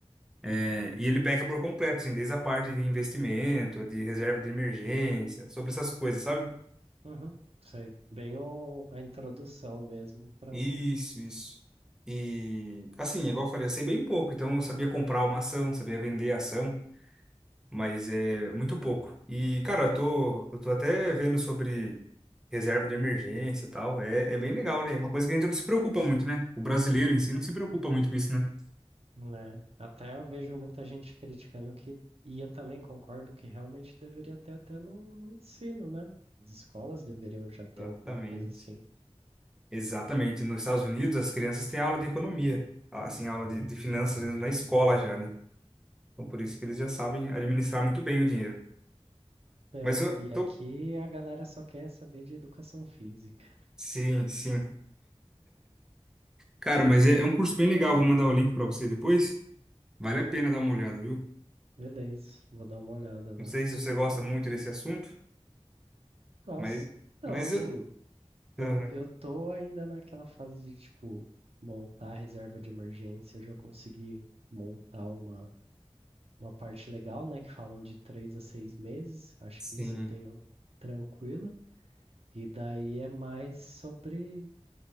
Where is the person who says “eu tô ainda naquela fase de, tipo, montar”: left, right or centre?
Right